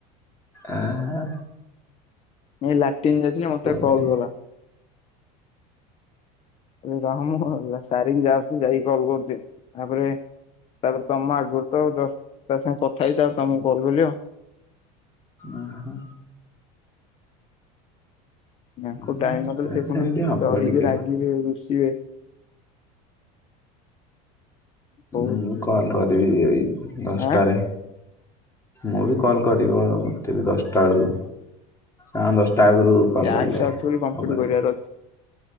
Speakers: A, on the left; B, on the left.
A: ଅ ହଁ।
B: ଏଇ ଲାଟିନ୍ ଯାଇଥିଲି ମତେ କଲ୍
A: କରିବେ।
B: କଲା। ରହ ସାରିକି ଯାଉଛି ଯାଇକି କଲ୍ କରୁଛି। ତାପରେ ତାପରେ ତମ ଆଗରୁ ତ ଦଶ ତା ସାଙ୍ଗେ କଥା ହେଇକି ତାପରେ ତମକୁ କଲ୍ କଲି ଆଉ।
A: ଓହୋ
B: ଆଙ୍କୁ
A: ଉଁ
B: ଟାଇମ ନଦେଲେ
A: ତା
B: ସେ
A: ସେମିତି
B: ପୁଣି
A: ହବ
B: ଚଢିଯିବ
A: ଟିକେ
B: ରାଗିବେ ରୁଷିବେ। ବହୁତ
A: ମୁଁ କଲ କରିବି ଏଇ ଦଶଟାରେ।
B: ଆଁ
A: ମୁଁ ବି କଲ କରିବ ମତେ ବି ଦଶଟା ବେଳକୁ ହଁ ଦଶଟା ଆଗରୁ କଲ୍
B: ଟ୍ୟାକ୍ସ
A: କଲେ
B: ଅଛି ବୋଲି କମ୍ପ୍ଲିଟ୍
A: ହବନି।
B: କରିବାର ଅଛି